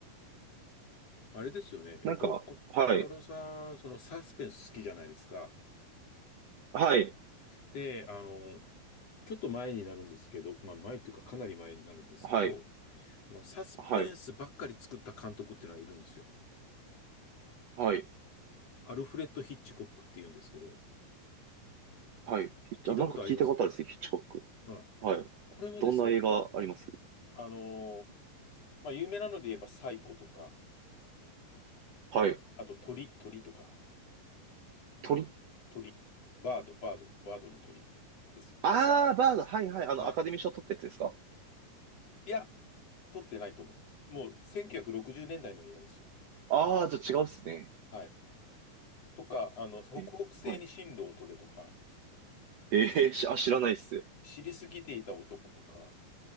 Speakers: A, on the left; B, on the right.
A: あれですよね。えっと、
B: なんか、
A: こ小太郎さん、
B: はい。
A: そのサスペンス好きじゃないですか。
B: はい。
A: で、あの、ちょっと前になるんですけど、まあ前というかかなり前になるんですけど、
B: はい。
A: あの、サスペンスばっかり作った監督っていうのはいるんですよ。
B: はい。はい。
A: アルフレッド・ヒッチコックっていうんですけど、
B: はい。ヒッあ、
A: 聞いたことあります
B: なんか聞いたことあるですね、ヒッチコック。
A: はい
B: はい。
A: これもですね、
B: どんな映画あります
A: あのーまあ、有名なので言えばサイコとか、
B: はい。
A: あと鳥、鳥とか、
B: 鳥
A: 鳥、バード、バード、バードの鳥ですよ。
B: ああバード。はいはい。あの、
A: はい。
B: アカデミー賞取ったやつですか
A: いや、撮ってないと思います。もう1960年代の映画ですよ。
B: ああー、じゃあ違うっすね。
A: はい。とか、あの、北北西に進路を取れとか、
B: え、はい。えーし、あ、
A: はい
B: 知らないっす。
A: 知りすぎていた男とか、